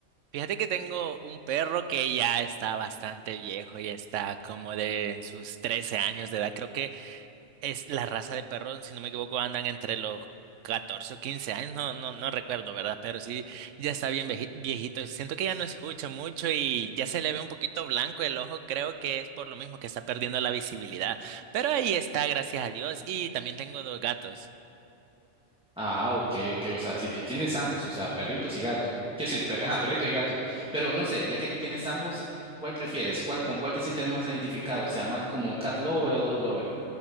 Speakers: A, on the right; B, in the centre.
A: Fíjate que tengo un perro que ya está bastante viejo, ya está como de en sus 13 años de edad. Creo que es la raza de perro, si no me equivoco, andan entre los 14 o 15 años, no, no, no recuerdo, ¿verdad? Pero sí, ya está bien veji- viejito. Siento que ya no escucha mucho y ya se le ve un poquito blanco el ojo. Creo que es por lo mismo que está perdiendo la visibilidad. Pero ahí está, gracias a Dios. Y también tengo dos gatos.
B: Ah, ok, ok, o sea, si tienes ambos, o sea, perritos y gatos. Quiero decir, per- ajá, perritos y gatos. Pero no sé, ya que tú tienes ambos, ¿cuál prefieres? ¿Cuál, con cuál te sientes más identificado? O sea, más como cat lover o dog lover.